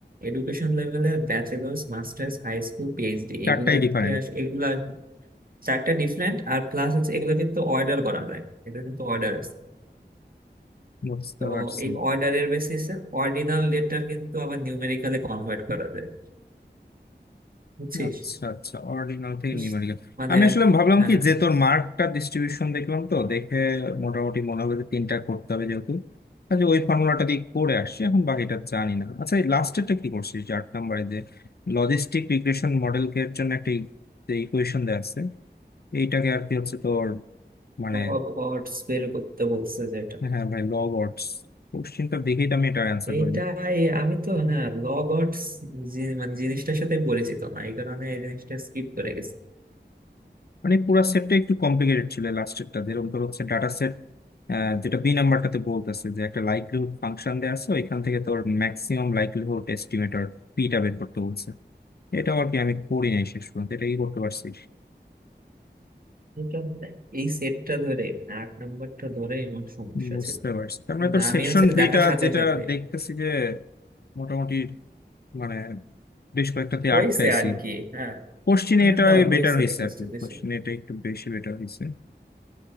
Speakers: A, on the right (about 55°); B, on the left (about 60°).
A: এডুকেশন লেভেলে bachelors masters high school PhD
B: চারটাই
A: এগুলাকে
B: ডিফারেন্ট
A: আস- এগুলা চারটা ডিফারেন্ট আর প্লাস হচ্ছে এগুলো কিন্তু অর্ডার করা যায় এটা কিন্তু অর্ডার
B: বুঝতে
A: তো
B: পারছি
A: এই অর্ডারের বেসিসে অর্ডিনাল ডেটার কিন্তু আবার নিউমেরিক্যালে কনভার্ট করা যায় বুঝছিস
B: আচ্ছা আচ্ছা অরিজিনাল থেকে
A: কিস-
B: নিউমেরিক্যাল
A: মানে
B: আমি আসলে ভাবলাম
A: হ্যাঁ
B: কি যে তোর মার্কটা ডিস্ট্রিবিউশন দেখলাম তো দেখে মোটামুটি মনে হবে যে তিনটা করতে হবে যেহেতু আচ্ছা ওই ফর্মুলাটা দিয়ে করে আসছি এখন বাকিটা জানি না আচ্ছা এই লাস্টেরটা কি করছিস যে আট নাম্বারে যে লজিস্টিক রিগ্রেশন মডেলকে এর জন্য একটা ই- যে ইকুয়েশন দেওয়া আছে এইটাকে আর কি হচ্ছে তোর মানে
A: লগ অডস বের করতে বলছে যেটা
B: হ্যাঁ ভাই লগ অডস কোশ্চিনটা দেখেই তো আমি এটা অ্যান্সার
A: এইটাই
B: করিনি
A: আমি তো না লগ অডস মানে জিনিসটার সাথে পরিচিত না এই কারণে এই জিনিসটা স্কিপ করে গেছি
B: মানে পুরো সেটটা একটু কমপ্লিকেটেড ছিল লাস্টেরটা যেরকম তোর হচ্ছে ডাটা সেট যেটা বি নাম্বারটাতে বলতেছে যে একটা লাইকলিহুড ফাংশন দেওয়া আছে ওইখান থেকে তোর ম্যাক্সিমাম লাইকলিহুড এস্টিমেটর পিটা বের করতে বলছে এটা আর কি আমি করি নাই শেষ পর্যন্ত এটা কি করতে পারছি
A: এটা মানে এই সেটটা ধরে মানে আট নম্বরটা ধরে এমন সমস্যা
B: বুঝতে
A: ছিল
B: পারছি তার
A: কিন্তু
B: মানে তোর
A: আমি
B: সেকশন
A: হচ্ছে
B: বিটা
A: দেখার সাথে
B: যেটা
A: সাথে
B: দেখতেছি যে মোটামুটি মানে বেশ কয়েকটাতে
A: হয়েছে
B: আটকাইছি
A: আর কি হ্যাঁ
B: কোশ্চিনে
A: মানে
B: এটা
A: দাও হয়েছে
B: বেটার হয়েছে
A: কিছু
B: আর কি
A: কিছু
B: কোশ্চিনে এটা একটু বেশি বেটার হয়েছে